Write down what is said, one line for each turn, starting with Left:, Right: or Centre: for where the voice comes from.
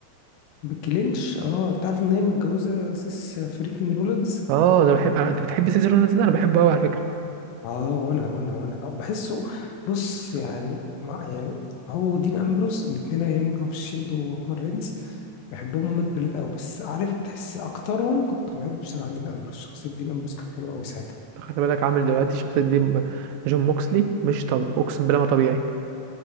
Left: بيكي لينش اه انت عارف ان هي متجوزة سيس فريكين رولينز
Right: اه ده أنا بحب أنا... انت بتحب سيزر رونالدز ده انا بحبه قوي على فكره
Left: اه وانا وانا وانا طب بحسه بص يعني مع يعني هو دين امبروز الاثنين ايام ما كانوا في الشيلد ورومان رينز بحبهم هما الثلاثه قوي بس عارف تحس اكترهم كنت بحب بصراحه دين امبروز شخصيه دين امبروز كانت حلوه قوي ساعتها
Right: خلي بالك عامل دلوقتي شخصيه دي م- جون موكسلي مش طب اقسم بالله ما طبيعي